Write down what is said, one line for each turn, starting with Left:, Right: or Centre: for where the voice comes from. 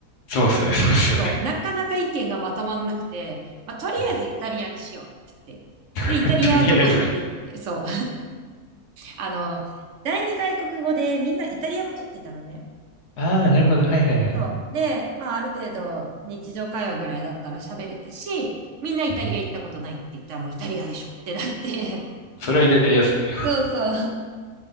Left: そうっすね、そうっすよね。
Right: そう、なかなか意見がまとまんなくて、まあとりあえずイタリアにしようって言って。
Left: うん
Right: で、
Left: <laughs>
Right: イタリアはどこ行くって、
Left: とりあえず。
Right: そうあの、第二外国語でみんなイタリア語取ってたのね。
Left: ああ、なるほど。はいはいはい。
Right: そう。で、まあある程度日常会話ぐらいだったら喋れたし、みんなイタリア行ったことないって言ったらもうイタリアでしょってなって。
Left: うん。それはイタリアっすね。
Right: <laughs> そうそう。